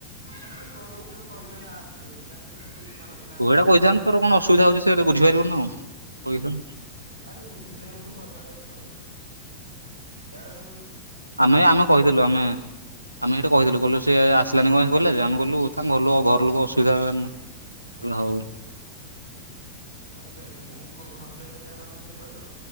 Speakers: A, on the right; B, on the right.
A: ଆରେ ସେ କଲ ଉଠେଇଲେ କହିଥାଆନ୍ତା ଆସେ ବୋଲିି ଯାହାକି ମତେ ଇଛା ନାହିଁ।
B: ତୁ ଏଇଟା କହିଥାନ୍ତୁ ତୋର କଣ ଅସୁବିଧା ହଉଛି ସେ ତତେ ବୁଝି ପାରିବନି ନା କଣ କହିଥାନ୍ତ
A: ଆରେ ବୁଝିଲେ ମତେ କହିବାର ଇଚ୍ଛା ନଥିଲା ୟାଡୁ
B: ଆମେ ଆମେ କହିଥିଲୁ ଆମେ ଆମେ ଏଇଠେ ବଇଥିଲୁ କହିଲୁ ସେ ଆସିଲାନି କଣ କହିଲା ଯେ ଆମେ କହିଲୁ ତାଙ୍କ ଘର ଘର ଲୋକ ଅସୁବିଧା ହେଲାନା ହଉ।
A: ଆରେ ଦେଖେ ମୁଁ ଘଣ୍ଟେ ଭଳିଆ ଗଲେ ହେରି ରହିବ।